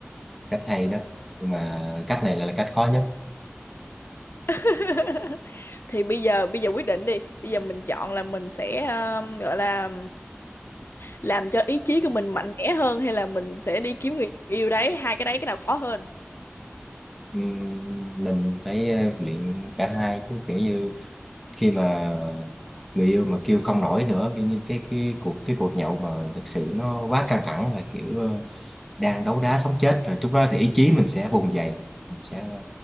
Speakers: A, in the centre; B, on the left (about 60°).
A: cách hay đó nhưng mà cách này là, là cách khó nhất
B: <laughs> thì bây giờ bây giờ quyết định đi bây giờ mình chọn là mình sẽ ờ, gọi là làm cho ý chí của mình mạnh mẽ hơn hay là mình sẽ đi kiếm người yêu đấy hai cái đấy cái nào khó hơn
A: Ừm, mình phải ờ, luyện cả hai chứ kiểu như khi mà người yêu mà kêu không nổi nữa kiểu như cái cái cuộc cái cuộc nhậu mà thực sự nó quá căng thẳng là kiểu à, đang đấu đá sống chết rồi lúc đó thì ý chí mình sẽ vùng dậy mình sẽ